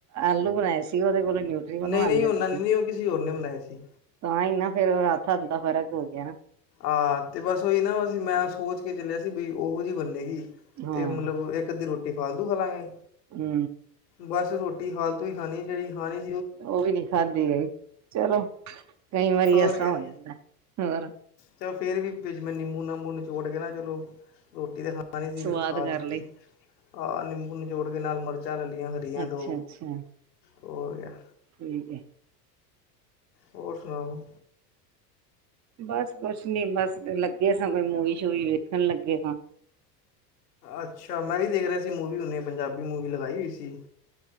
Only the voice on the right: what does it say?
ਆਲੂ ਬਣਾਏ ਸੀ ਉਹਦੇ ਕੋਲੋਂ ਨਿਊਟਰੀ ਬਣਵਾਉਂਦੇ
ਤੁਸੀਂ।
ਤਾਂਹੀ ਨਾ ਫਿਰ ਹੱਥ ਹੱਥ ਦਾ ਫ਼ਰਕ ਹੋ ਗਿਆ ਨਾ।
ਹਾਂ।
ਹੂੰ
ਉਹ ਵੀ ਨਹੀਂ ਖਾਧੀ ਗਈ ਚਲੋ ਕਈ ਵਾਰੀ
ਐਸਾ
ਹੋ ਜਾਂਦਾ ਹੋਰ।
ਸਵਾਦ
ਕਰ
ਲਈ।
ਅੱਛਾ-ਅੱਛਾ
ਠੀਕ ਏ
ਬਸ ਕੁਛ ਨੀ ਬਸ ਲੱਗੇ ਸਾਂ ਕੋਈ ਮੂਵੀ-ਸ਼ੂਵੀ ਵੇਖਣ ਲੱਗੇ ਹਾਂ।